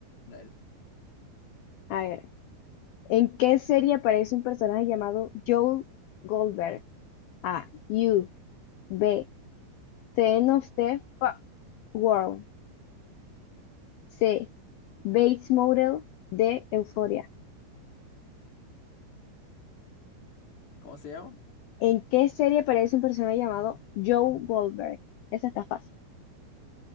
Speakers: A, on the left; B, on the left.
A: Dale.
B: A ver, ¿en qué serie aparece un personaje llamado Joel Goldberg? A. U. B. Ten of the Fu- World. C. Bates Motel. D. Euphoria.
A: ¿Cómo se llama?
B: ¿En qué serie aparece un personaje llamado Joe Goldberg? Esa está fácil.